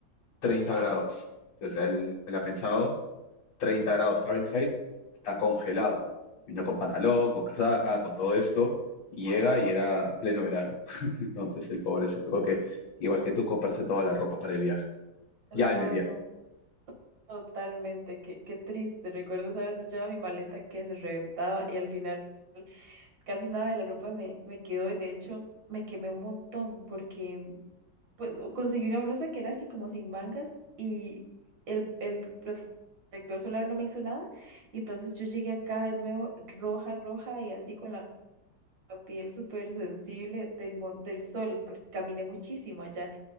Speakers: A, on the left (about 75°); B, on the right (about 70°).
A: 30 grados. Entonces él, él ha pensado 30 grados Fahrenheit, está congelado. Vino con pantalón, con casaca, con todo esto, y llega y era pleno verano. Entonces el pobre se tuvo que, igual que tú, comprarse toda la ropa para el viaje.
B: No,
A: Ya en el viaje.
B: no, totalmente, qué, qué triste. Recuerdo, esa vez yo llevaba mi maleta que se reventaba y al final casi nada de la ropa me, me quedó y de hecho me quemé un montón porque pues o- conseguí una blusa que era así como sin mangas y el, el protector solar no me hizo nada. Y entonces yo llegué acá de nuevo roja, roja y así con la piel súper sensible del, mon- del sol, porque caminé muchísimo allá.